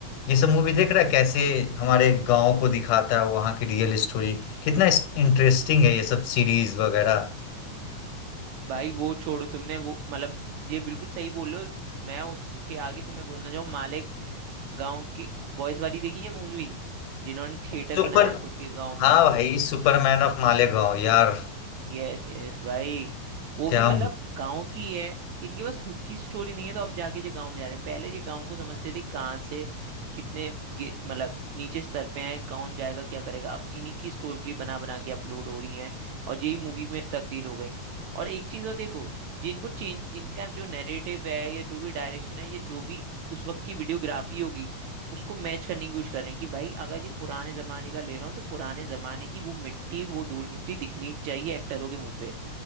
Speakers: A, on the left (about 75°); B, on the right (about 65°).
A: ये सब मूवी देख रहा है कैसे हमारे गांव को दिखाता है वहाँ की रियल स्टोरी कितना इंटरेस्टिंग है ये सब सीरीज वगैरह
B: भाई वो छोड़ो तुमने वो मतलब ये बिल्कुल सही बोल रहे हो मैं उसके आगे तुम्हें बोलना चाहूँ माले गांव के बॉयज वाली देखी है मूवी जिन्होंने थिएटर
A: सुपर
B: बनाया खुद के गांव
A: हाँ
B: में
A: भाई सुपरमैन ऑफ मालेगांव यार
B: यस यस भाई वो
A: क्या
B: भी मतलब गांव की है इनके पास खुद की स्टोरी नहीं है तो अब जाके जो गांव में जा रहे हैं पहले जो गांव को समझते थे कहाँ से कितने गे- मतलब नीचे स्तर पे हैं कौन जाएगा क्या करेगा अब इन्हीं की स्टोरी बना बना के अपलोड हो रही है और यही मूवी में तब्दील हो गई और एक चीज और देखो जिनको चेंज इनका जो नैरेटिव है या जो भी डायरेक्शन है ये जो भी उस वक्त की वीडियोग्राफी होगी उसको मैच करने की कोशिश कर रहे हैं कि भाई अगर ये पुराने जमाने का ले रहा हूँ तो पुराने जमाने की वो मिट्टी वो धूल मिट्टी दिखनी चाहिए एक्टरों के मुंह पे